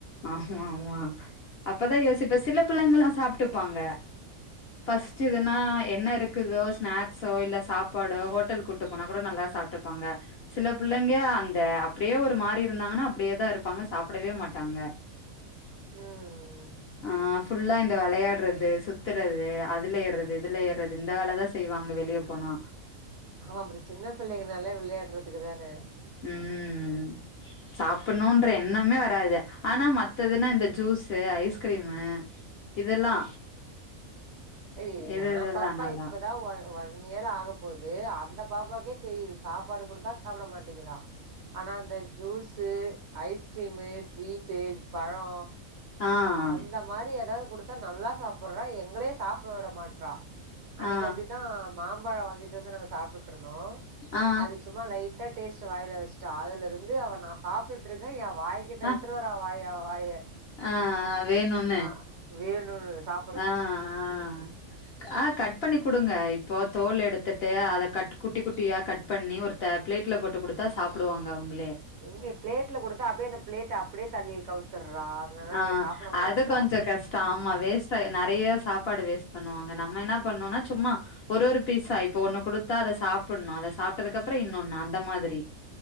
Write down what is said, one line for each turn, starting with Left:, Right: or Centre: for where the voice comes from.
Left: ஆமா ஆமா அப்பதா யோசிப்பே சில பிள்ளங்களா சாப்ட்டுப்பாங்க ஃபஸ்ட்டு எதுன்னாய்
Right: ம்
Left: என்ன இருக்குதோ ஸ்நாக்ஸோ இல்ல சாப்பாடோ ஹோட்டல் கூட்டு போனா கூட நல்லா சாப்ட்டுப்பாங்க சில புள்ளைங்க அந்த அப்டியே ஒரு மாரி இருந்தாங்கன்னா அப்டியே தா இருப்பாங்க சாப்பிடவே மாட் டாங்க
Right: ம்.
Left: ஆ ஃபுல்லா இந்த வெளையாட்றது சுத்துறது அதுல ஏர்றது இதுல ஏர்றது இந்த வேல தா செய்வாங்க வெளிய போனா
Right: ஹ அப்ற சின்ன பிள்ளைங்கனாலே விளையாட்றதுக்கு தானே
Left: ம் சாப்பணுன்ற எண்ணமே வராது ஆனா மத்ததுன்னா இந்த ஜூஸ்சு ஐஸ்கிரீமு இதெல்லா
Right: ஏய்
Left: இது
Right: ஏ
Left: இதெல்லா
Right: பாப்பா
Left: நல்லா
Right: இப்ப தா ஒ ஒன் இயர் ஆக போது அந்த பாப்பாக்கே தெரியுது சாப்பாடு குடுத்தா சாப்பிட மாட்டேங்றா ஆனா இந்த ஜூஸ்சு ஐஸ்கிரீமு ஸ்வீட்டு பழோ
Left: ஆ ஆ
Right: அந்த மாரி ஏதாது குடுத்கதா நல்லா சாப்ட்றா எங்ளே சாப்ட விட மாட்றா அன்னைக்கி
Left: ஆ
Right: அப்டிதா மாம்பழ வாங்கிட்டு வந்து நாங்க சாப்ட்டுட்டு இருந்தோ
Left: ஆ ஆ
Right: அது சும்மா லைட்டா டேஸ்ட் வாய்ல வச்ட்டா அதுல இருந்து அவ நா சாப்ட்டுட்டு இருக்க எ வாய்கிட்ட
Left: ஆ
Right: எடுத்துட்டு வந்து வாய அவ வாய
Left: ஆ ஆ வேணுன்
Right: நா வேணுனு சாப்
Left: ஆ ஆ ஆ கட் பண்ணி் குடுங்க இப்போ தோல் எடுத்துட்டு அத கட் குட்டி குட்டியா கட் பண்ணி ஒரு த பிளேட்ல போட்டு குடுத்தா சாப்டுவாங்க அவங்ளே
Right: எங்க பிளேட்ல கொடுத்தா அப்டியே அந்த பிளேட் அப்டியே தள்ளி கவுத்துர்றா அதனால
Left: ஆ
Right: அத சாப்ட மாட்றா
Left: அது கொஞ்ச கஷ்ட ஆமா வேஸ்ட் ஆயிரு நா நெறைய சாப்பாடு வேஸ்ட் பண்ணுவாங்க நம்ம என்ன பண்ணோனா சும்மா ஒரு ஒரு பீஸா இப்ப ஒண்ணு கொடுத்தா அத சாப்பிட்ணு அத சாப்ட்டதுக்கப்ற இன்னொன்னு அந்த மாதிரி